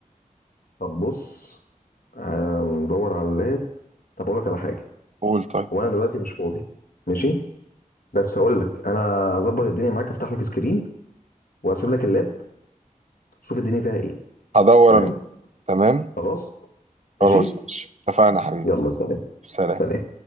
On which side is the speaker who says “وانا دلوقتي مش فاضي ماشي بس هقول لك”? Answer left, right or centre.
Left